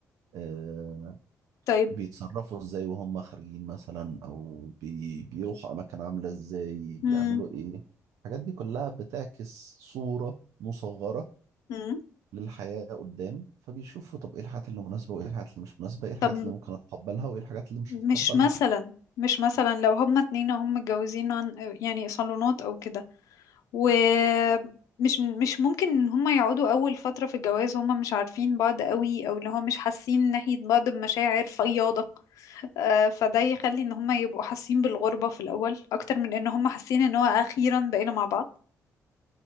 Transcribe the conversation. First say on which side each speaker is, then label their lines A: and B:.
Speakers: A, on the right; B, on the left.
A: آه،
B: طيب
A: بيتصرفوا ازاي وهم خارجين مثلا او بي بيروحوا اماكن عاملة ازاي بيعملوا
B: مم.
A: ايه الحاجات دي كلها بتعكس صورة مصغرة
B: مم.
A: للحياة قدام فبيشوفوا طب ايه الحاجات اللي مناسبة وايه الحاجات اللي مش مناسبة ايه الحاجات
B: طب
A: اللي ممكن اتقبلها وايه الحاجات اللي مش
B: مش
A: هتقبلها
B: مثلا مش مثلا لو هما اتنين وهم متجوزين عن يعني صالونات او كده ومش مش مش ممكن ان هما يقعدوا اول فترة في الجواز هما مش عارفين بعض قوي او اللي هو مش حاسين ناحية بعض بمشاعر فياضة آه، فده يخلي ان هما يبقوا حاسين بالغربة في الاول اكتر من ان هما حاسين ان هو اخيرا بقينا مع بعض